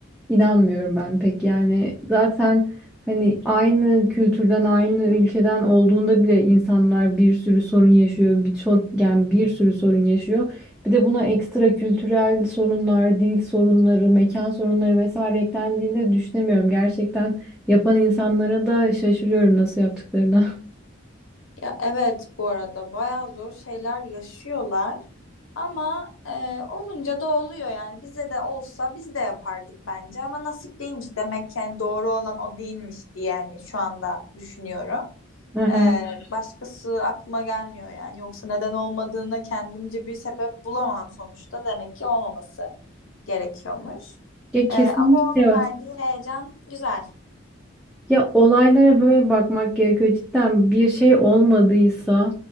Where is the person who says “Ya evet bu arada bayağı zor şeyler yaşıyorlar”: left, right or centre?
Left